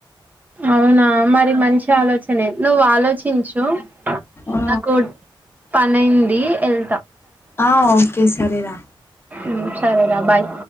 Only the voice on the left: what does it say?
ఆ
ఆ ఓకే సరేనా